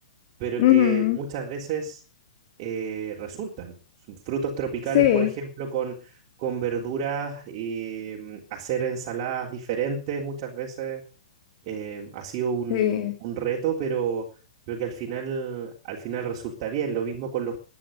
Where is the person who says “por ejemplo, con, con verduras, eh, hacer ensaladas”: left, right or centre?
Right